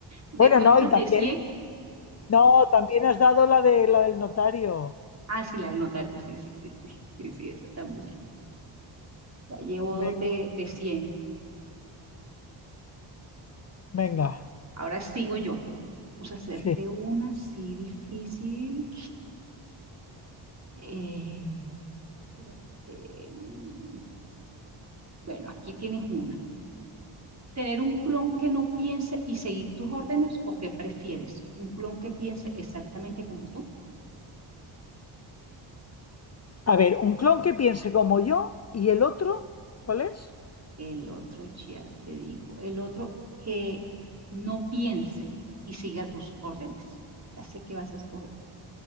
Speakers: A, on the right; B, on the left.
A: ¿De
B: Bueno,
A: cuántas?
B: no, y también,
A: ¿De 100?
B: no, también has dado la de la del notario.
A: Ah, sí, la del notario, sí, sí, sí, sí, sí, sí, esa también. Ya llevo
B: Ve-
A: dos de, de cien.
B: Venga,
A: Ahora sigo yo. Vamos a hacerte
B: sí.
A: una así difícil. Eh, espérate. mm, Bueno, aquí tienes una. tener un clon que no piense y seguir tus órdenes o qué prefieres? ¿Un clon que piense exactamente como tú?
B: A ver, un clon que piense como yo y el otro, ¿cuál es?
A: El otro, ya te digo, el otro que no piense y siga tus órdenes. Ya sé que vas a escoger.